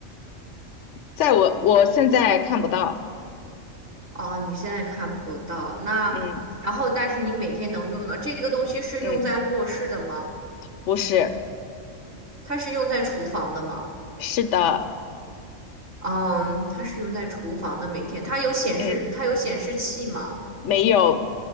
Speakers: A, on the left; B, on the right.
A: 在我我现在看不到。
B: 哦，你现在看不到。那，
A: 嗯
B: 然后但是你每天能用的这个东西是用在卧室的吗？
A: 嗯，不是，
B: 它是用在厨房的吗？
A: 是的。
B: 嗯，它是用在厨房的，每天它有显示，
A: 嗯。
B: 它有显示器吗？
A: 没有，